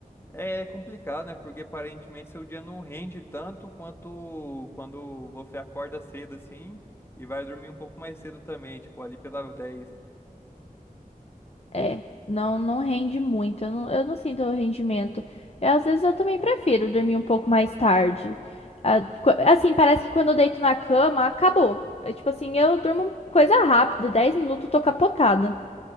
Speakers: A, on the left (about 15°); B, on the left (about 45°).
A: É complicado, né? Porque aparentemente seu dia não rende tanto quanto quando você acorda cedo assim e vai dormir um pouco mais cedo também, tipo ali pelas 10.
B: É, não não rende muito, eu não, eu não sinto rendimento. Eu, às vezes eu também prefiro dormir um pouco mais tarde. Ah, qu- Assim, parece que quando eu deito na cama, acabou. É tipo assim, eu durmo coisa rápida, 10 minutos, tô capotada.